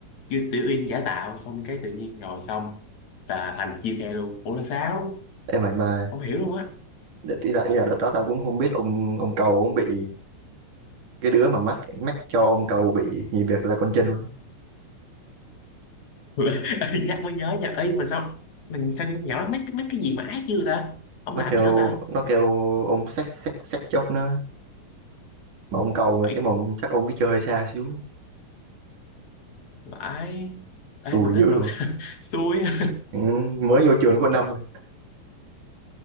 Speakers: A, on the left; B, on the right.
A: kêu Tiểu Uyên giả tạo xong cái tự nhiên rồi xong là Thành chia khe luôn ủa là sao
B: em mày mà
A: không hiểu luôn á
B: ý là ý là đợt đó tao cũng không biết ông ông cầu ông bị cái đứa mà mắc mắc cho ông cầu bị nghỉ việc là con chân luôn á.
A: <laughs> Ê, nhắc mới nhớ nha ấy mà sao mình sao nhỏ mấy mấy cái gì mà ác chứ ta không
B: nó
A: làm
B: kêu
A: gì đó ta
B: nó kêu ông xách xách xách chốc nó mà ông cầu mà
A: vậy
B: cái mồm chắc ông đi chơi hơi xa xíu
A: vãi
B: xùi
A: Ê mà
B: dữ
A: tướng
B: luôn
A: tận <laughs> xui á.
B: ừ, mới vô trường có năm
A: mà
B: rồi